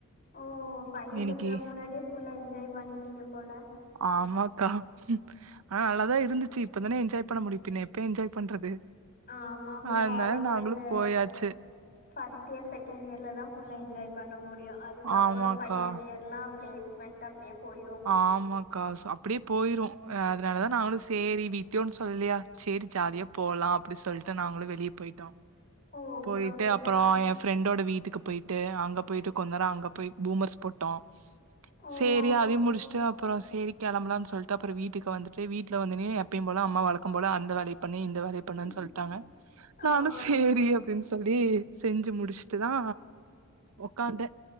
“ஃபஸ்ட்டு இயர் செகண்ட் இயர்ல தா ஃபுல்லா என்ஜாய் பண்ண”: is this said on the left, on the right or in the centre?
Left